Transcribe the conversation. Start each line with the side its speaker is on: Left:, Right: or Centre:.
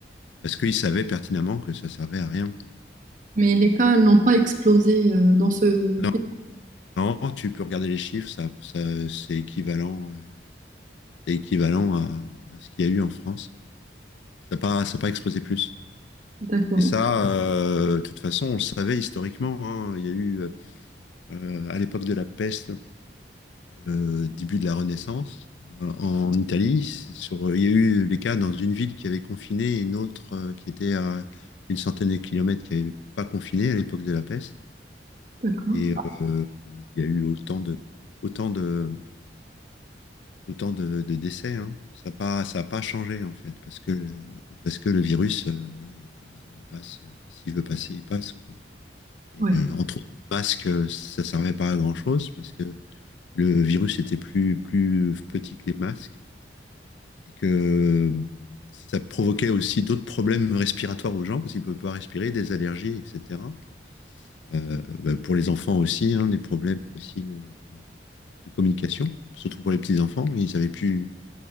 Left: parce qu'ils savaient pertinemment que ça servait à rien.
Right: Mais les cas n'ont pas explosé euh, dans ce
Left: Non,
Right: pays.
Left: non, tu peux regarder les chiffres, ça, ça, c'est équivalent, euh, c'est équivalent à, à ce qu'il y a eu en France. Ça n'a pas, ça a pas explosé plus.
Right: D'accord,
Left: Et ça, euh, de toute façon, on le savait historiquement. hein. Il y a eu, euh, à l'époque de la peste, euh, début de la Renaissance, euh, en Italie, c'est sur, il y a eu des cas dans une ville qui avait confiné et une autre euh, qui était à une centaine de kilomètres qui n'avait pas confiné à l'époque de la peste.
Right: d'accord.
Left: Et euh, il y a eu autant de, autant de, autant de, de décès. hein. Ça n'a pas, ça a pas changé, en fait, parce que le, parce que le virus, euh, voilà, il, il il passe. euh, S'il veut passer, il passe, quoi. Et
Right: Oui,
Left: euh, entre autres, le masque, euh, ça servait pas à grand-chose, parce que le virus était plus, plus petit que les masques, et que ça provoquait aussi d'autres problèmes respiratoires aux gens, parce qu'ils ne peuvent pas respirer, des allergies, etc. Euh, bah, pour les enfants aussi, hein, des problèmes aussi euh, de communication, surtout pour les petits-enfants, ils avaient plus